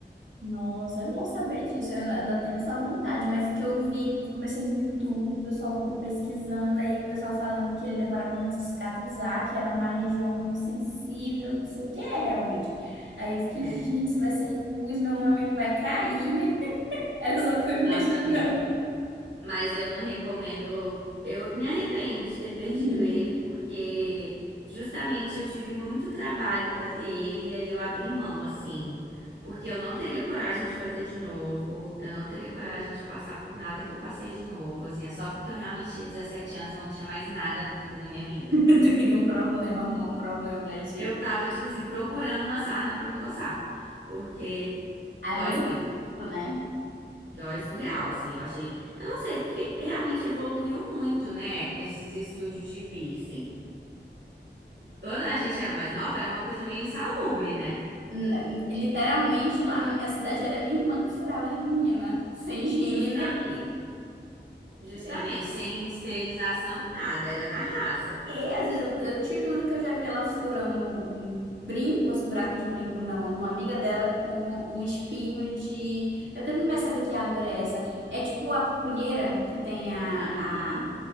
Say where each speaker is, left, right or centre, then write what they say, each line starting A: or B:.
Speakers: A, on the right; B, on the right.
A: Nossa, é bom saber disso. Eu ainda tenho essa vontade, mas o que eu vi, eu comecei no YouTube, o pessoal pesquisando, aí o pessoal falando que ele demorava muito a cicatrizar, que era uma região muito sensível, não sei o que é realmente. Aí eu fiquei,
B: É.
A: gente, se vai sair pus, meu mamilo vai cair. <laughs> Era só o que eu imaginava.
B: Nossa, amiga. Mas eu não recomendo. Eu me arrependo de ter perdido
A: Uhum.
B: ele, porque justamente eu tive muito trabalho pra ter ele, e aí eu abri mão, assim. Porque eu não teria coragem de fazer de novo, eu não teria coragem de passar por nada que eu passei de novo, assim. É só porque eu realmente tinha 17 anos, não tinha mais nada pra fazer na minha vida.
A: <laughs> Tu queria um problema, arrumar um problema pra ti.
B: Eu tava, tipo assim, procurando uma sarna pra me coçar. Porque.
A: Ai,
B: Dói
A: mas
B: muito.
A: é isso, né?
B: Dói surreal, assim. Eu achei. Eu não sei, porque realmente evoluiu muito, né? Esses estúdios de piercing. Quando a gente era mais nova, era uma coisa meio insalubre, né?
A: N- Literalmente
B: Bem,
A: lá na minha cidade era minha irmã que furava as meninas, sem higiene
B: Justamente.
A: nem.
B: Justamente.
A: É.
B: Sem esterilização, nada. Era na raça.
A: E, às vezes, eu eu te juro que eu já vi ela furando um brinco, esse buraco de brinco na numa amiga dela com um espinho de. Eu que não vai saber que árvore é essa. É tipo a pupunheira que tem a,
B: Aham.
A: a